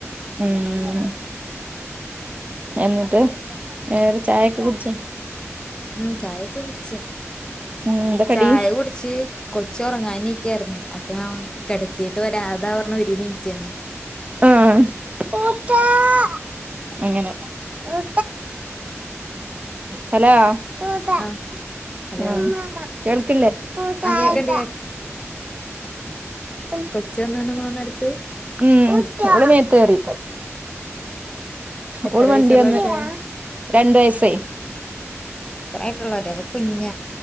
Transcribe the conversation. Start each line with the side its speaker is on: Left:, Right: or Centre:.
Right: ഉം എന്നിട്ട് വേറെ ചായയൊക്കെ കുടിച്ച
Left: ഉം ചായയൊക്കെ കുടച്ച്
Right: ഉം എന്താ കടി
Left: ചായ കുടിച്ച് കൊച്ച് ഉറങ്ങൻ ന്ന അപ്പഞാൻ കിടത്തിീട്ട് വരാപറഞ്ഞ അതാപറഞ്ഞ ഒരുമിനിിറ്റന്ന്
Right: ആഹ <unintelligible> അങ്ങനെ ഉ ഹലോ <unintelligible>
Left: ആഹ് ഹലോ
Right: <unintelligible> കേൾക്കില്ലേ ട്ട
Left: ആ കേക്കണ്ട്
Right: ആട്ട <unintelligible>
Left: കൊച്ചി വന്നാണ് തോണ അടുത്ത്
Right: ഉം ഓൾമേത്തറി
Left: എത്ര
Right: ഓള് മണ്ടി
Left: വയസുള്ള
Right: വന്ന്
Left: കൊച്ചാ
Right: രണ്ട് വയസായി
Left: അത്രായിട്ടുള്ളവര കുഞ്ഞ